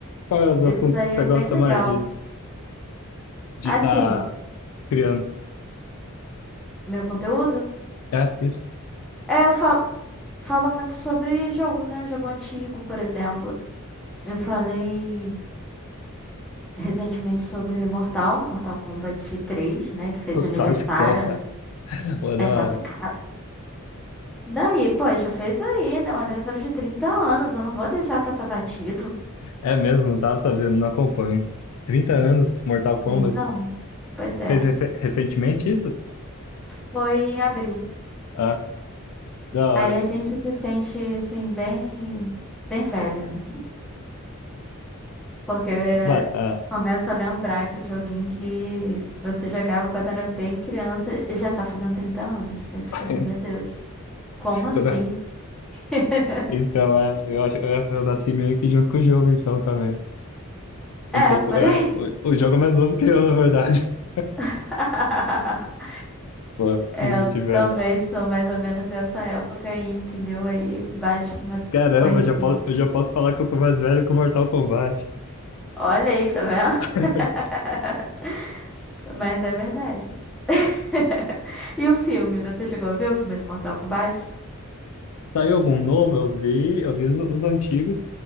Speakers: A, on the left; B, in the centre.
A: Qual é os assuntos
B: Isso daí
A: que
B: é
A: você gosta
B: bem legal.
A: mais de de
B: Assim,
A: estar criando?
B: meu conteúdo?
A: É, isso?
B: É, eu falo, falo muito sobre jogo, né? Jogo antigo, por exemplo. Eu falei. recentemente sobre Mortal, Mortal Kombat 3, né? Que fez
A: Os
B: aniversário,
A: classicão. <laughs>
B: né?
A: Pô, da
B: É classicaço.
A: hora.
B: Daí, poxa, fez aí, né? Um aniversário de 30 anos. Eu não vou deixar passar batido.
A: É mesmo, não tava sabendo, não acompanho. 30 anos, Mortal Kombat.
B: trinta anos. Pois é.
A: Fez rece- recentemente isso?
B: Foi em abril.
A: Ah, da hora.
B: Aí a gente se sente, assim, bem, bem velho, né? Porque
A: Mas, ah,
B: começa a lembrar que o joguinho que você jogava quando era bem criança e já tá fazendo 30 anos. Aí você fica
A: <laughs>
B: assim, meu Deus, como assim?
A: quando eu-
B: <laughs>
A: então, é, eu acho, eu, eu nasci meio que junto com o jogo, então, também.
B: É,
A: Um pouco,
B: por
A: é.
B: aí.
A: O, o jogo é mais novo que eu, na verdade. <laughs>
B: <laughs>
A: Pô,
B: É,
A: me senti
B: eu
A: velho.
B: também sou mais ou menos dessa época aí, entendeu? Aí bate uma
A: Caramba,
B: coisinha.
A: eu já posso, eu já posso falar que eu sou mais velho que o Mortal Kombat.
B: Olha aí, tá vendo?
A: <laughs>
B: <laughs> Mas é verdade. <laughs> E o filme? Você chegou a ver o filme do Mortal Kombat?
A: Saiu algum novo? Eu vi, eu vi os, os antigos.